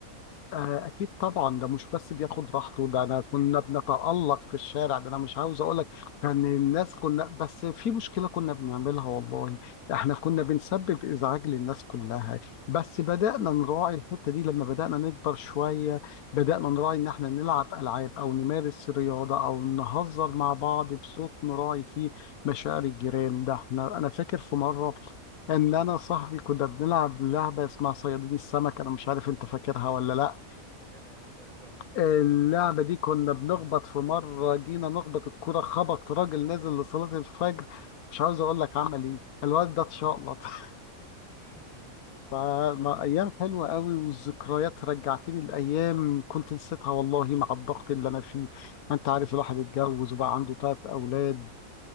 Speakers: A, on the left; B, in the centre.
A: آه، أكيد طبعا ده مش بس بياخد راحته ده أنا كنا بنتألق في الشارع ده أنا مش عاوز أقول لك كان الناس كنا بس في مشكلة كنا بنعملها والله إحنا كنا بنسبب إزعاج للناس كلها بس بدأنا نراعي الحتة دي لما بدأنا نكبر شوية بدأنا نراعي إن إحنا نلعب ألعاب أو نمارس رياضة أو نهزر مع بعض بصوت نراعي فيه مشاعر الجيران ده إحنا أنا فاكر في مرة ان انا صاحبي كنا بنلعب لعبه اسمها صيادين السمك انا مش عارف انت فاكرها ولا لا
B: فاكرها فاكرها
A: اللعبة
B: فاكرها
A: دي كنا بنخبط
B: مم.
A: في مرة جينا نخبط الكرة خبط راجل نازل لصلاة الفجر مش عاوز اقول لك عمل ايه الواد ده اتشقلط <laughs>
B: <laughs>
A: فما ايام حلوة قوي والذكريات رجعتني الايام كنت نسيتها والله مع الضغط اللي انا فيه انت عارف الواحد اتجوز وبقى عنده ثلاث اولاد